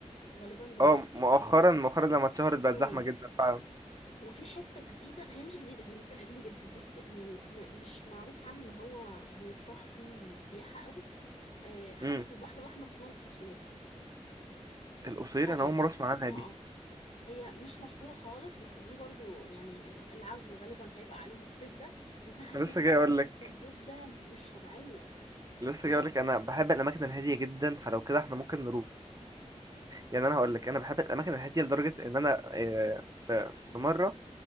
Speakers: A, on the left; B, on the right.
A: غالبا دلوقتي
B: اه مؤخرا مؤخرا لما اتشهرت بقت
A: امم
B: زحمه جدا فعلا
A: وفي حتة جديدة هي مش جديدة هي مكان قديم جدا بس يعني م مش معروف عنه ان هو بيتراح فيه سياحة قوي آه حاجة
B: مم.
A: في البحر الأحمر اسمها القصير
B: القصير
A: قرية
B: انا اول
A: كده
B: مره اسمع عنها
A: اه
B: دي
A: آه. هي مش مشهورة خالص بس دي برضو يعني العزم غالبا هيبقى عليها الصيف ده لأنها هادية
B: انا لسه جاي
A: جدا
B: اقول
A: جدا
B: لك
A: جدا مش طبيعية
B: لسه
A: بجد
B: جاي اقول لك انا بحب الاماكن الهاديه جدا فلو كده احنا ممكن نروح يعني انا هقول لك انا بحب الاماكن الهاديه لدرجه ان انا آه، في في مره